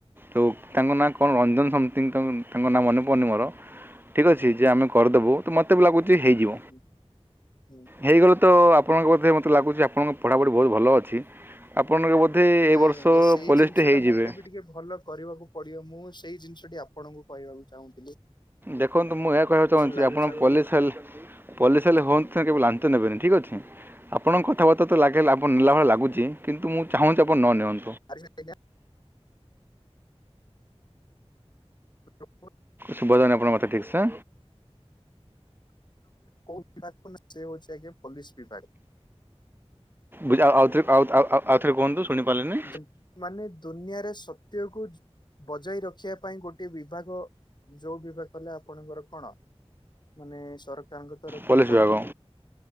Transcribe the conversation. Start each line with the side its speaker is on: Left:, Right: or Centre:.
Right: ତ
Left: ହୁଁ
Right: ତାଙ୍କ ନାଁ କଣ ରଞ୍ଜନ ସମତି ତାଙ୍କ ନାଁ ମନେପଡଡୁନି ମୋର। ଠିକ ଅଛି
Left: ହୁଁ
Right: ଯେ
Left: ହୁଁ
Right: ଆମେ କରିଦବୁ ତ ମତେ ବି ଲାଗୁଛି ହେଇଯିବ
Left: ହୁଁ ହୁଁ ହୁଁ ହୁଁ।
Right: ହେଇଗଲେ ତ ଆପଣଙ୍କ ବୋଧେ ମୋତେ ଲାଗୁଛି ଆପଣଙ୍କ ପଢ଼ାପଢ଼ି ବହୁତ ଭଲ ଅଛି। ଆପଣଙ୍କ ବୋଧେ।
Left: ନାଇଁ
Right: ଏ ବର୍ଷ
Left: ଆଜ୍ଞା ସେଇ
Right: ପୋଲିସ୍ଟେ
Left: ଜିନିଷ
Right: ହେଇଯିବେ
Left: ଟା ମତେ ବି ଟିକେ ଭଲ କରିବାକୁ ପଡିବ ମୁଁ ସେଇ ଜିନିଷଟି ଆପଣଙ୍କୁ କହିବାକୁ ଚାହୁଁ
Right: ଦେଖନ୍ତୁ ମୁଁ ଏହାୟ କହିବାକୁ ଚାହୁଁଛି
Left: ଲାଗିଛନ୍ତି।
Right: ଆପଣ ପୋଲିସ ହେଲେ ପୋଲିସ ହେଲେ ହୁଅନ୍ତୁ କେବେ ଲାଞ୍ଚ ନେବେନି ଠିକ ଅଛି ଆପଣଙ୍କ କଥାବାର୍ତ୍ତା ଲାଗ ଆପଣ ନେଲା ଭଳି ଲୁଛି କିନ୍ତୁ ମୁଁ ଚାହୁଁଛି ଆପଣ ନ ନିଅନ୍ତୁ।
Left: <unintelligible> ଟ ପ
Right: ଶୁଭାଯାଉନି ଆପଣଙ୍କ କଥା ଠିକସେ।
Left: କୋଉ ବିଭାଗକୁ ସେ ହଉଛି ଆଜ୍ଞ ପୋଲିସ ବିଭାଗ।
Right: ବଝଉଅ ଆଉଥରେ ଆଉ ଆ କୁହନ୍ତୁ। ଶୁଣିପାରିଲିନି
Left: ଯେ ମାନେ ଦୁନିଆରେ ସତ୍ୟକୁ। ବଜାଇ ରଖିବା ପାଇଁ ଗୋଟଏ ବିଭାଗ ଯୋଉ ବିଭାଗ କଲେ ଆପଣଙ୍କର କଣ ମାନେ ସରକାରଙ୍କ ତରଫରୁ
Right: ପୋଲିସ୍
Left: ପଇ
Right: ବିଭାଗ